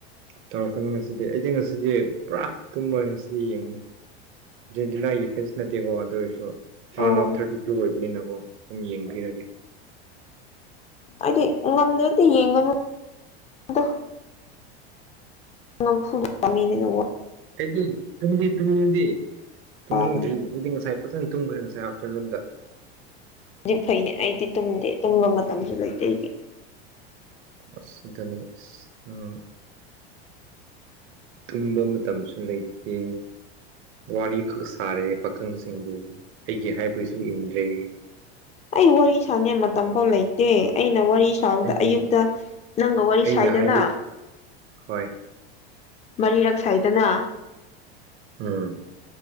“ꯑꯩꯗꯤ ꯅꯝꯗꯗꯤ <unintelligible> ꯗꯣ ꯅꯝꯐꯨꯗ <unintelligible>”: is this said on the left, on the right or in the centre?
Left